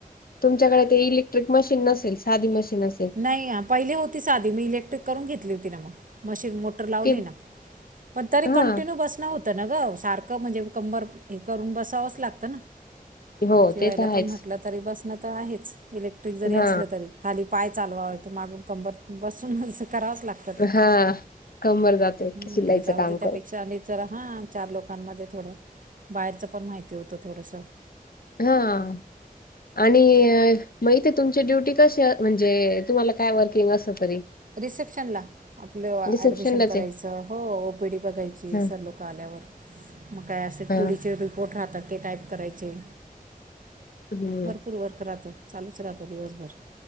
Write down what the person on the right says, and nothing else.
नाही पहिले होती साधी मी इलेक्ट्रिक करून घेतली होती ना मग मशीन मो टर लावली
ना पण तरी
कंटिन्यू बसणं होत ना गं सारखं म्हणजे कंबर करून बसावचं लागतं ना
शिवायला
पण म्हटलं तरी बसणं तर आहेच इलेक टक्ट्रिक जरी
असलं तरी खाली पाय चालवावे त मागून कंबर बसूनं करावंच लागतं करते
म्हणून
म्हटलं जाऊ
दे त्यापेक्षा
अने तर हां चार लोकांमध्ये थोडं बाहेरचं पण माहिती होतं थोडसं
रिसेप्शनला. आपलं
ऍडमिशन करायचं,
हो ओ पी डी बघायची,
सर लोक क आल्यावर. मग काय असे
टु डी चे रिपोर्ट राहतात, ते टाईप करायचे.
फुल वर्क राहतं चालूच राहतं दिवसभर.